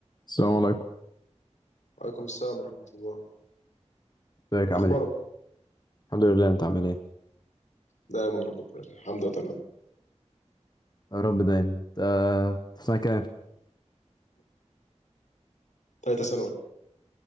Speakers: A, on the left; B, on the left.
A: السلام عليكم
B: وعليكم السلام ورحمة الله
A: ازيك عامل
B: أخبارك
A: ايه؟ الحمد لله انت عامل ايه
B: دائما رب بخير الحمد لله تمام
A: يا رب دايما انت في سنة كام؟
B: ثالثة ثانوي